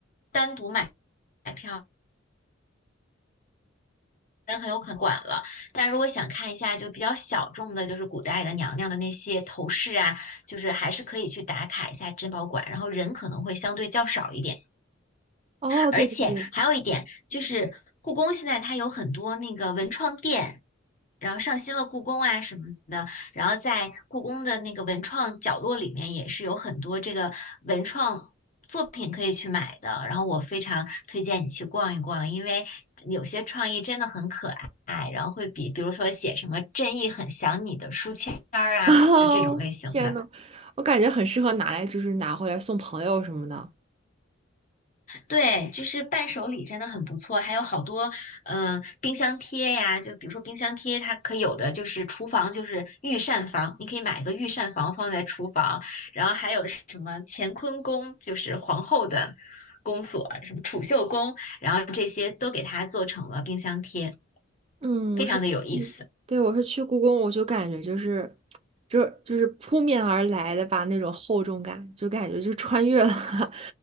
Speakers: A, on the left (about 40°); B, on the right (about 30°).
A: 单独买。买票。人很有可能管了。但如果想看一下就比较小众的，就是古代的娘娘的那些头饰啊，就是还是可以去打卡一下珍宝馆，然后人可能会相对较少一点。
B: 哦，
A: 而且还有一点就是，
B: 对对对。
A: 故宫现在它有很多那个文创店，然后上新了故宫啊什么的，然后在故宫的那个文创角落里面也是有很多这个文创作品可以去买的。然后我非常推荐你去逛一逛，因为有些创意真的很可爱，然后会比比如说写什么“正义很想你”的书签儿啊，
B: <laughs> 哦，
A: 就这种类型的。
B: 天呐，我感觉很适合拿来，就是拿回来送朋友什么的。
A: 对，就是伴手礼真的很不错，还有好多嗯、呃冰箱贴呀，就比如说冰箱贴，它可有的就是厨房就是御膳房，你可以买一个御膳房放在厨房，然后还有什么乾坤宫，就是皇后的宫锁，什么储秀宫，然后这些都给它做成了冰箱贴，
B: 嗯，
A: 非常的有意思。
B: 我是去，对，我是去故宫，我就感觉就是，就就是扑面而来的吧，那种厚重感，就感觉就穿越了。<laughs>